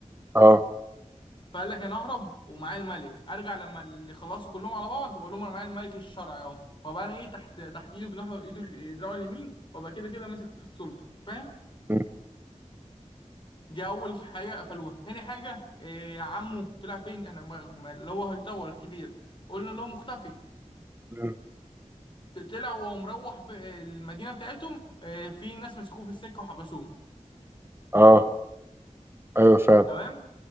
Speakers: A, on the right; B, on the left.
A: اه
B: فقال لك انا اهرب ومعايا الملك ارجع لما اللي خلصوا كلهم على بعض واقول لهم انا معايا الملك الشرعي اهو وابقى انا ايه تحت تحت ايده جناحه ايده ال- دراعه اليمين وابقى كده كده ماسك في السلطه فاهم
A: م-
B: دي اول حاجه قفلوها تاني حاجه إيه عمه طلع فين انا ما- ما- اللي هو هيطور الكبير قلنا له مختفي
A: م-
B: ت- طلع وهو مروح ب- المدينه بتاعتهم إيه في ناس مسكوه في السكه وحبسوه
A: اه ايوه فعلا
B: تمام